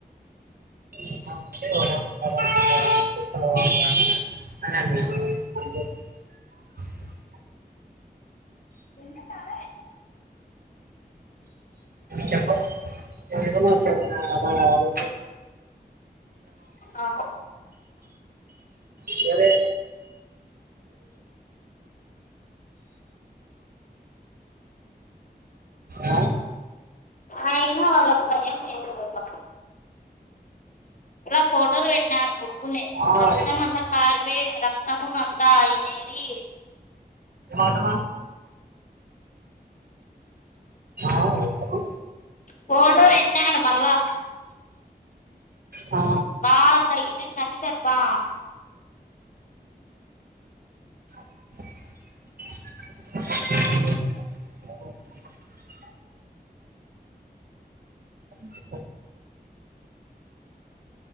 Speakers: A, on the right; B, on the left.
A: <unintelligible> అ <unintelligible>
B: భన్న సాల
A: చెప్ప వేరే ఏదన్నా చెప్పి నారా అని
B: ఆ
A: సరే ఆ
B: అయిన వాళ్ళకిభయం లేదు భ ఇలా ఫోటోలు పెట్టీ కార్ కొట్టుకునే
A: ఆ,
B: రక్తం
A: ఏం
B: అంతా కారిపోయి రక్తము అంతా అయినేది
A: అదమ ఆ ఎందుకు
B: ఫోటో పె ట్టినాడు మళ్ళా
A: ఆ,
B: బాగ తగిలిందని దెబ్ బ్బా
A: అ చె